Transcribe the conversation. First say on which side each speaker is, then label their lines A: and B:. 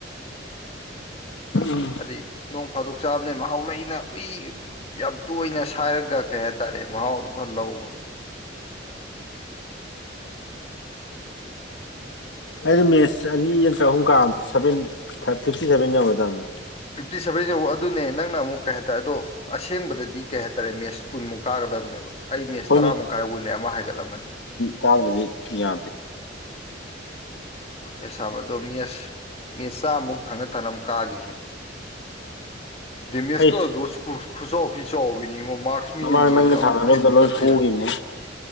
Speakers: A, on the left (about 75°); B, on the left (about 35°).
A: ꯎꯝ
B: ꯍꯥꯏꯗꯤ ꯅꯣꯡ ꯐꯥꯗꯣꯛ ꯆꯥꯕꯅꯦ ꯃꯍꯥꯎ ꯂꯩꯅ ꯎꯏ ꯌꯥꯝ ꯇꯣꯏꯅ ꯁꯥꯏꯔꯒ ꯀꯩ ꯍꯥꯏ ꯇꯔꯦ ꯃꯍꯥꯎꯗꯨꯣ ꯐ ꯂꯧꯕ
A: ꯑꯩꯗꯤ ꯃꯦꯠꯁ ꯑꯅꯤ ꯅꯇꯔ ꯆꯍꯨꯝ ꯀ ꯁꯚꯦꯟ ꯐꯤꯞꯇꯤ ꯁꯚꯦꯟ ꯌꯧꯒꯗꯕꯅꯦ
B: ꯐꯤꯞꯇꯤ ꯁꯚꯦꯟꯁꯤ ꯌꯧꯎ ꯑꯗꯨꯅꯦ ꯅꯪꯅ ꯑꯃꯨꯛ ꯀꯩ ꯍꯥꯏꯇꯥꯔꯦ ꯑꯗꯣ ꯑꯁꯦꯡꯕꯗꯗꯤ ꯀꯩ ꯍꯥꯏꯇꯥꯔꯦ ꯃꯦꯠꯁ ꯀꯨꯟꯃꯨꯛ ꯀꯥꯒꯗꯕꯅꯦꯕ ꯑꯩ ꯃꯦꯠꯁ
A: ꯍꯣꯏꯅꯦ
B: ꯇꯔꯥꯃꯨꯛ ꯀꯥꯏꯔꯒꯅꯦ ꯑꯃ ꯍꯥꯏꯒꯠꯂꯝꯃꯅꯤ
A: ꯀꯥꯗꯗꯤ ꯌꯥꯗꯦ
B: ꯃꯦꯁ ꯁꯥꯕ ꯑꯗꯣ ꯃꯦꯁ ꯃꯦꯁ ꯆꯥꯃꯨꯛ ꯊꯪꯅ ꯊꯪꯕꯝ ꯀꯥꯈꯤꯁꯤꯅꯤ ꯃꯦꯁꯀꯗꯣ
A: ꯑꯩ
B: ꯈꯨꯆꯥꯎꯗꯤꯤ ꯆꯥꯎꯕꯅꯤꯉꯣ ꯃꯥꯛꯁ ꯃꯦꯟꯒꯁꯨꯦ
A: ꯃꯃꯥꯡ ꯅꯪꯒ
B: ꯑꯃꯨꯛ
A: ꯁꯥꯟꯅꯔꯨꯕꯗ
B: ꯊꯤꯟ
A: ꯂꯣꯏ
B: ꯇꯠꯂꯦ
A: ꯄꯣꯈꯤꯕꯅꯦ